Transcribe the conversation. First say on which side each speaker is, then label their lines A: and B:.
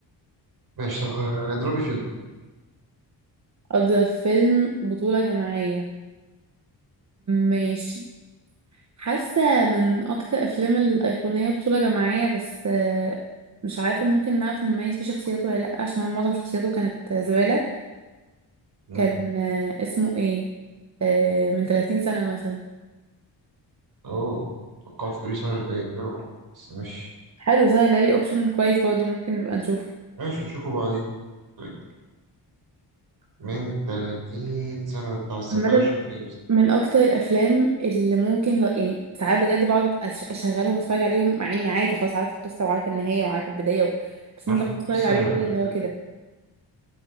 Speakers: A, on the right; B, on the right.
A: ماشي طب آه، اضربي فيلم
B: اضرب فيلم بطوله جماعيه ماشي حاسه من اكثر افلام الايقونيه بطوله جماعيه بس آه، مش عارفه ممكن نعرف نميز فيه شخصياته ولا لا عشان هو معظم شخصياته كانت زباله
A: يلا
B: كان آه، اسمه ايه آه، من 30 سنه مثلا
A: اه توقعت تقولي شهر باقي الأول بس ماشي
B: حلو سهل علي اوبشن كويس برضه ممكن نبقى نشوفه
A: ماشي نشوفه بعدين طيب من 30 سنة ده بتاع السقا
B: عامة
A: وشريك نير صح؟
B: من اكتر الافلام اللي ممكن ل... يعني ساعات بجد بقعد أش- اشغلهم واتفرج عليهم مع اني عادي خلاص عارفه القصه وعارفه النهايه وعارفه البدايه و... بس
A: أنا
B: ممكن
A: شفته
B: اتفرج
A: في السينما
B: عليه
A: أنا
B: كده
A: فاكر
B: اللي هو كده